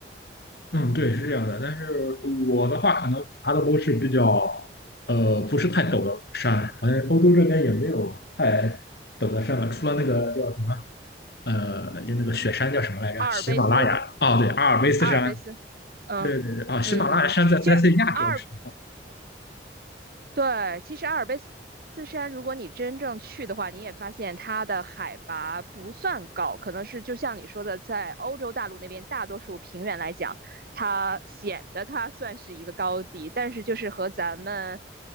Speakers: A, on the left; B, on the right.
A: 嗯，对，是这样的。但是我的话，可能爬的都是比较，呃，不是太陡的山，好像欧洲这边也没有太陡的山吧，除了那个叫什么。呃，就那个雪山叫什么来着？
B: 阿尔卑斯，
A: 喜马拉雅哦，对，阿尔卑斯山，
B: 阿尔卑斯，嗯
A: 对对对，啊、喜马拉雅山在在在亚洲是吗，
B: 嗯嗯嗯，其实阿尔对，其实阿尔卑斯山，如果你真正去的话，你也发现它的海拔不算高，可能是就像你说的，在欧洲大陆那边大多数平原来讲，它显得它算是一个高地，但是就是和咱们